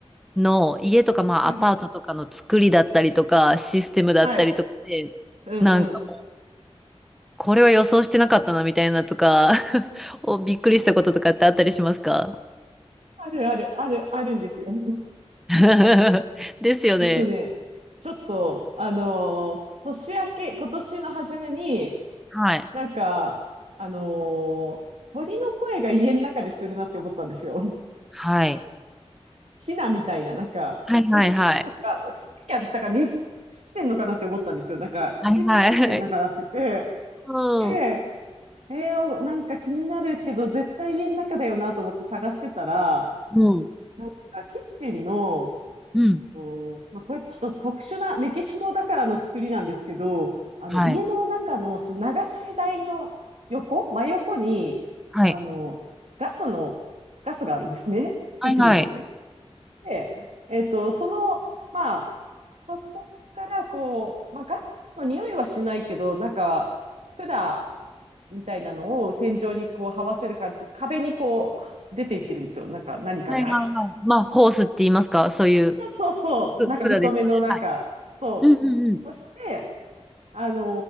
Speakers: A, in the centre; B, on the right.
A: の家とか、まあ、
B: <laughs>
A: アパートとかの作りだったりとか、システムだったりとかで、
B: はい。うんうん。
A: なんか、これは予想してなかったな、みたいなとか <laughs>、お、びっくりしたこととかってあったりしますか
B: あるある、ある、あるんですよ。<laughs>
A: <laughs> ですよね。
B: えっとね、ちょっと、あのー年明け、今年の初めに、
A: はい。
B: なんか、あのー鳥の声が家の中でするなって思ったんですよ。
A: はい。
B: ヒナみたいな、なんか、
A: はいはいはい。
B: 鳥とか、すっき私、だから、ね、知ってんのかなって思ったんですよ。なんか、
A: はいはい。
B: キュキュキュってなんかなってて、
A: うん。
B: で、えー、なんか気になるけど、絶対家の中だよなと思って探してたら、
A: うん。
B: なんかキッチンの、
A: うん。
B: こうまあ、これちょっと特殊なメキシコだからの作りなんですけど、あの家の中のその流し台の横、
A: はい。
B: 真横にあのガスの、
A: はい。
B: ガスがあるんですね。
A: はいはい。
B: ついてるんですね。で、えっと、その、まあ、そこからこう、まあ、ガスの匂いはしないけど、なんか管みたいなのを天井にこう這わせる感じで、壁にこう出ていってるんですよ。なんか何かが。
A: はいはいはい。まあ、ホースって言いますかそういう、
B: そうそうそう。
A: く、
B: なんか太めのなんか、
A: 管ですかね。はい。
B: そう。
A: うんうんうん。
B: そして、あの